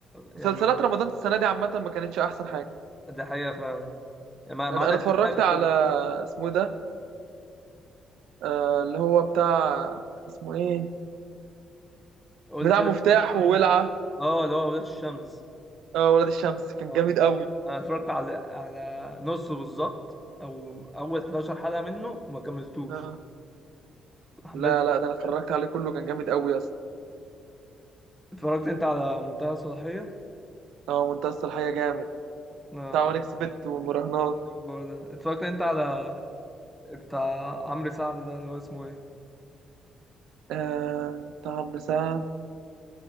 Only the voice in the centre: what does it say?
يعني
ده حقيقه فعلا يعني ما ما
عدا
كام
حاجه
كده
قول
لي كده
اه اللي هو ولاد الشمس
اه
انا اتفرجت على على نصه بالظبط او اول 11 حلقه منه وما كملتوش
حملت
اتفرجت انت على منتهى الصلاحيه
اه،
ايوه هو ده اتفرجت انت على بتاع عمرو سعد ده اللي هو اسمه ايه